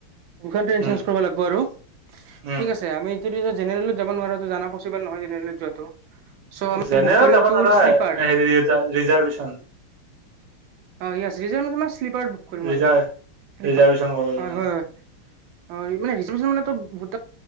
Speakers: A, on the right; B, on the right.
A: দুখন ট্ৰেইন
B: উম,
A: চেঞ্জ কৰিব লাগিব আৰু
B: উম।
A: ঠিক আছে আমি <inaudible> জেনেৰেল যাব নোৱৰা জানা পচিবল নহয় জেনেৰেলত যোৱাটো। চ' আমি
B: জেনেৰেলত
A: বুক কৰিম
B: যাব
A: তোৰ
B: নোৱাৰা,
A: শ্লিপাৰ
B: হেৰি ৰিজা ৰিজাৰ্ভেচন।
A: অ ইয়েচ ৰিজাৰ্ভচনত শ্লীপাৰ বুক কৰিম
B: ৰিজাৰ্ভ
A: আৰু। কৃপা
B: ৰিজাৰ্ভেশ্যন কৰিব লাগিব।
A: অ হয় হয়। অ মানেজ মানুত ভ